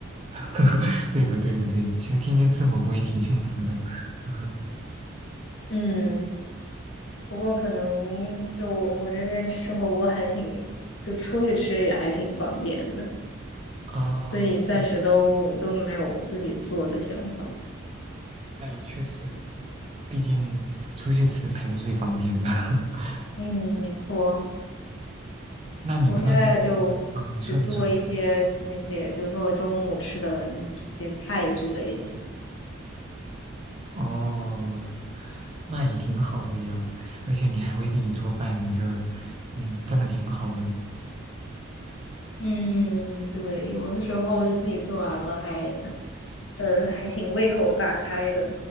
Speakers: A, on the right; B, on the left.
A: <laughs> 对的，对的，对的。其实天天吃火锅也挺幸福的。<laughs>
B: 嗯，不过可能就我这边吃火锅还挺，就出去吃也还挺方便的，
A: 哦，
B: 所以暂时都都没有自己做的想法。
A: 那也那也确实，毕竟出去吃才是最方便的。<laughs>
B: 嗯，没错，
A: 那你们那边是啊？
B: 我现在就只做一些那些，
A: 你说，你说，
B: 比如说我中午吃的那些菜之类的。
A: 哦，那也挺好的呀。而且你还会自己做饭，你这，嗯，真的挺好的。
B: 嗯，对，有的时候就自己做完了还。呃，还挺胃口大开的。